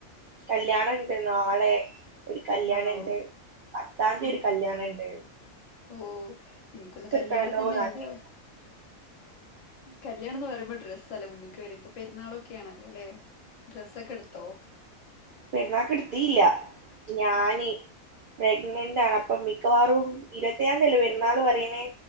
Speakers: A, on the right; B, on the left.
A: കല്യാണണ്ട്, നാളെ ഒരു കല്യാണണ്ട്.
B: ആണോ
A: പത്താം തീയതി
B: ആ
A: ഒരു കല്യാണുണ്ട്.
B: ഓ എനിക്കൊന്ന് കല്യാണം
A: എടുക്കണല്ലോന്ന്
B: തന്നെല്ലേ.
A: ആഗ്രഹിക്ക
B: കല്യാണംന്ന് പറയുമ്പോ ഡ്രല്ലേ മുന്നക്ക് വര പെുന്നാളോ - കെയണല്ലോ അല്ലേ, ഡ്രസ്സ്‌ ഒക്കെ എടുത്തോ?
A: പെണ കിടുത്തിയില്ല ഞാന്- പ്രഗ്നന്റ് ആണ് അപ്പോ മിക്കവാറും, ഇരുപത്താം തല്ല വരുന്നാൾ പറയണേ.